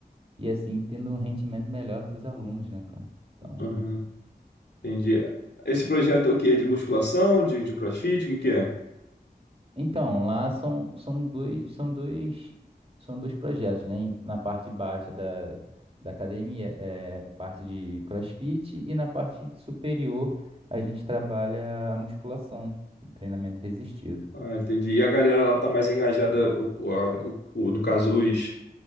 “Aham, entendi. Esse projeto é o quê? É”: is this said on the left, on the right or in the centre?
Left